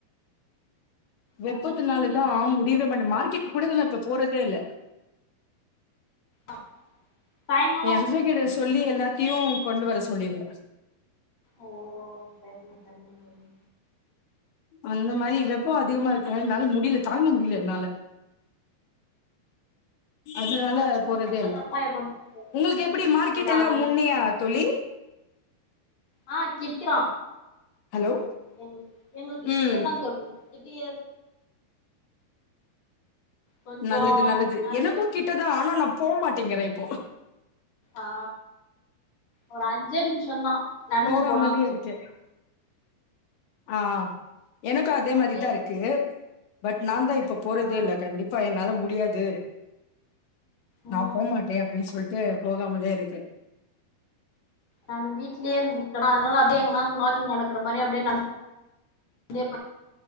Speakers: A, on the left; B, on the left.
A: வெப்பத்துனாலதா
B: நாங்க கீழ் வீட்ல
A: ஆ
B: தா இருக்கோ
A: முடியவே மாட்டே மார்க்கெட்க்கு கூட இதலா இப்ப போற பேல
B: அ சாய்ங்கால
A: ஹஸ்பண்ட் கிட்ட சொல்லி எல்லாத்தையு கொண்டு வர சொல்லிருவ
B: ஓ சரிங்க சரிங்க சரிங்க
A: அந்த மாரி வெப்ப அதிகமா இருக்கனா என்னால முடில தாங்க முடில என்னால அதனால
B: நானு
A: போறதே இல்ல
B: எப்ப போவே
A: உங்களுக்கு எப்படி மார்க்கெட்
B: ஒரு ஆறு
A: எல்லா
B: மணிக்கு
A: முன்னையா தோழி
B: ஆ கிட்தா
A: ஹலோ
B: எ எங்களுக்கு
A: ம்
B: கிட்டதா தோழி கிட்டயே கொஞ்சோ
A: நல்லது நல்லது
B: நடந்து
A: எனக்கு கிட்டதா ஆனா நா போமாட்டிங்கறே இப்போ
B: ஆ ஒரு அஞ்சே நிமிஷந்தா நடந்து
A: போகாமலயே
B: போனா
A: இருக்கே ஆ எனக்கு அதே
B: அப்டியே
A: மாரிதா இருக்கு பட் நாந்தா இப்ப போறதே
B: ஆ
A: இல்ல கண்டிப்பா என்னால மு டியாது
B: ம்
A: நா போமாட்டே அப்டின்னு சொல் க்கு போகாமலே இருக்கேன்
B: நானு வீட்லயே இருக்க அதனால அப்டியே எங்கன்னா வாக்கிங் நடக்கிற மாரி அப்படியே நடந்தே